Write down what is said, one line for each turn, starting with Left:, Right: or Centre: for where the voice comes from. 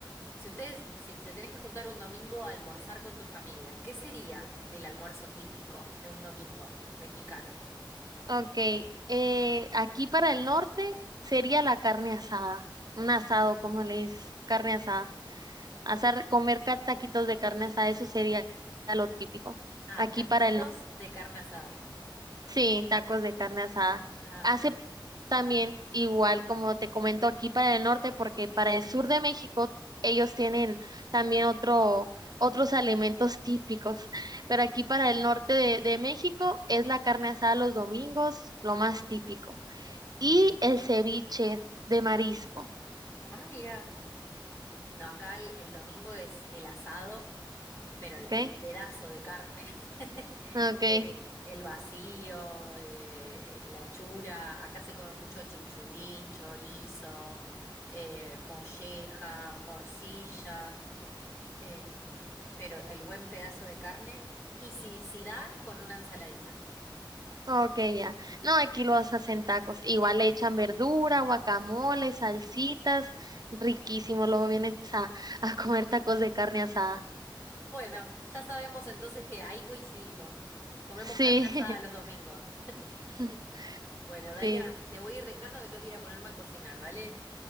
Left: si ustedes, si te tenés que juntar un domingo a almorzar con tu familia, ¿qué sería el almuerzo típico de un domingo mexicano?
Right: ok. Eh, aquí para el norte sería la carne asada, un asado, como le dices, tú, carne asada. Asar, comer ca- taquitos de carne asada, eso sería lo típico.
Left: Ah,
Right: Aquí
Left: taquitos
Right: para el norte.
Left: de carne asada.
Right: Sí, tacos de carne asada.
Left: Ahí
Right: Hace
Left: va.
Right: también igual como te comento aquí para el norte, porque para el sur de México ellos tienen también otro, otros alimentos <laughs> típicos, pero aquí para el norte de, de México es la carne asada los domingos, lo más típico. Y el ceviche de marisco,
Left: Ah, mira. No, acá el, el domingo es el asado, pero el,
Right: ¿ok?
Left: el pedazo de carne, <laughs>
Right: Ok.
Left: eh, el vacío, eh, la chura. Acá se come mucho chinchulín, chorizo, eh, molleja, morcilla, em, pero el buen pedazo de carne. Y si, si da, con una ensaladita.
Right: Ok, ya. No, aquí los hacen tacos. Igual le echan verdura, guacamole, salsitas. Riquísimo. Luego vienes a, <laughs> a comer tacos de carne asada.
Left: Bueno, ya sabemos entonces que ahí coincidimos. Comemos
Right: Sí,
Left: carne asada los domingos.
Right: <laughs>
Left: Bueno, Daira,
Right: sí.
Left: te voy a ir dejando que tengo que ir a ponerme a cocinar, dale.